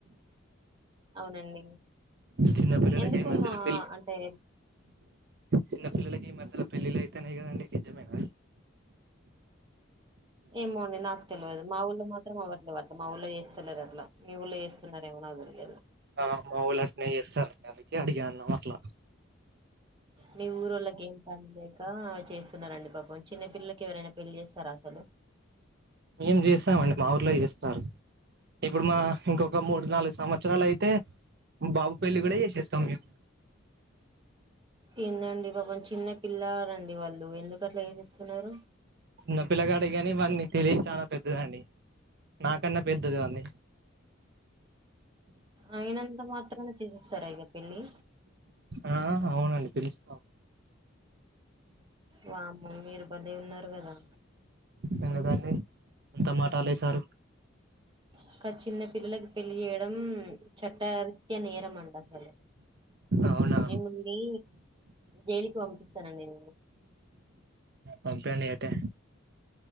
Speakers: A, on the right; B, on the right.
A: అవునండి
B: చిన్నపిల్లలకి
A: ఎందుకు
B: ఈ మధ్యలో
A: మా అంటే
B: చిన్న పిల్లలకి ఈ మధ్యల పెళ్లిలైతన్నయి గదండి నిజమేన
A: ఏమో అండి నాకు తెల్వదు మా ఊల్లో మాత్రం అవ్వట్లే మా ఊళ్లో చేస్తలేర్ అట్ల మీ ఊళ్ళో చేస్ స్తున్నరేమో నాక్ తెలియదు.
B: ఆ మా ఊర్లో అట్నే చేస్తారండి అందుకే అడిగాను అట్ల
A: మీ ఊరోల్లకేం పన్లేక చేస్తున్నారండి పాపం చిన్న పిల్లలకి ఎవరైనా పెళ్ళి చేస్తర అసలు
B: మేం చేస్తామండి మా ఊర్లో చేస్తారు. ఇప్పుడు మా ఇంకొక మూడు నాలుగు సంవత్సరాలైతే బాబు పెళ్లి గుడ చేసేస్తాం మేం
A: ఏందండి పాపం చిన్న పిల్లాలండి వాళ్ళు ఎందుకు అట్ల చేసేస్తున్నరు.
B: చిన్న పిల్లగాడే గని వాని తెలివి చాలా పెద్దదండి నాకన్నా పెద్దది వాంది.
A: అయినంత మాత్రన చేసేస్తర ఇగ పెళ్ళి
B: ఆ అవునండి పిలుస్తాం.
A: వామ్మో మీరు బలే ఉన్నారు గదా
B: ఎందుకండి అంతా మాట అనేశారు.
A: ఒక చిన్న పిల్లలకి పెళ్ళి జేయడం చట్టరీత్య నేరం అండి అసలు నేన్
B: అవునా
A: మిమ్మల్నీ జైలుకి పంపిస్తనండి నేను
B: పంపియండి అయితే